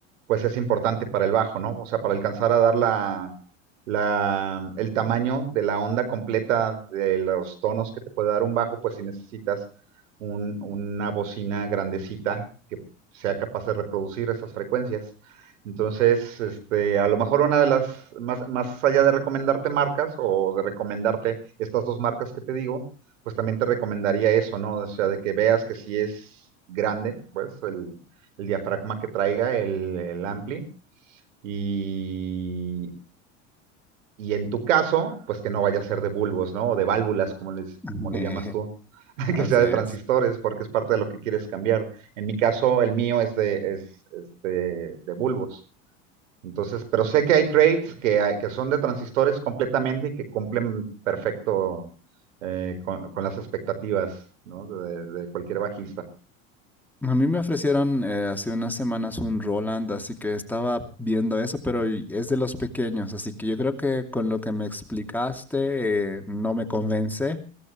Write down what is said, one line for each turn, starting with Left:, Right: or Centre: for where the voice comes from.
Right: pues es importante para el bajo, ¿no? O sea, para alcanzar a dar la, la- el tamaño de la onda completa de los tonos que te puede dar un bajo, pues si necesitas un- una bocina grandecita que sea capaz de reproducir esas frecuencias. Entonces, este, a lo mejor una de las, más, más allá de recomendarte marcas o de recomendarte estas dos marcas que te digo, pues también te recomendaría eso, ¿no? O sea, de que veas que si es grande, pues el, el diafragma que traiga el, el ampli y, y en tu caso, pues que no vaya a ser de bulbos, ¿no? O de válvulas, como, les,
Centre: <laughs>
Right: como le llamas tú, <laughs>
Centre: Así
Right: que sea de transistores,
Centre: es.
Right: porque es parte de lo que quieres cambiar. En mi caso, el mío es de, es, es de, de bulbos. Entonces, pero sé que hay crates que, hay- que son de transistores completamente y que cumplen perfecto eh, con, con las expectativas, ¿no? De, de cualquier bajista.
Centre: A mí me ofrecieron eh, hace unas semanas un Roland, así que estaba viendo eso, pero y- es de los pequeños, así que yo creo que con lo que me explicaste eh, no me convence